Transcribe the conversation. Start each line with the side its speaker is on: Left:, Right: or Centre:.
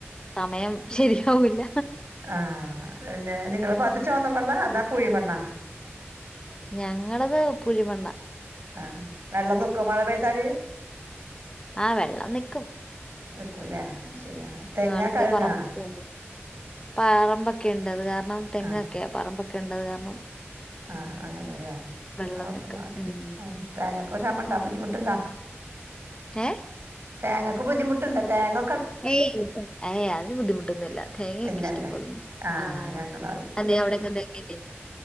Left: സമയം ശരിയാവൂല്ല
Right: ആ പിന്നെ നിങ്ങള പാത്ത് ചോണ മണ്ണാ അതോ പുഴി മണ്ണാ
Left: ഞങ്ങളത് പുഴിമണ്ണ
Right: ആ വെള്ളം നിക്കോ മഴ പെയ്താല്
Left: ആ വെള്ളം നിക്കും
Right: നിക്കൂല്ലേ അത് ശരി ആ തെങ്ങാ
Left: അടുത്ത
Right: കഴുങ്ങാ
Left: പറമ്പക്കണ്ട് <unintelligible> പറമ്പൊക്കെയിണ്ട് അത് കാരണം തെങ്ങൊക്കെയാ
Right: ആഹ്
Left: പറമ്പൊക്കെഇണ്ട്ത് കാരണം
Right: ആ അങ്ങനെലെ
Left: വെള്ളം
Right: നമ്മ പ്പ
Left: നിക്കും
Right: നാ
Left: ഉം
Right: ഉ തേങ്ങക്ക്‌ ശാമണ്ട ബുദ്ധിമുട്ട്ണ്ടാ
Left: ഏ
Right: തേങ്ങക്ക് ബുദ്ധിമുട്ടുണ്ട തേങ്ങ
Left: ഏയ് ഏ അയിന് ബുദ്ധിമുട്ടൊന്നുംല്ല തേങ്ങൊക്കെ
Right: ഇല്ലല്ലേ
Left: ഇഷ്ടംപോല
Right: ആഹ്
Left: ആ
Right: ഞങ്ങള
Left: അ അവിടന്ത തെങ്ങില്ലെ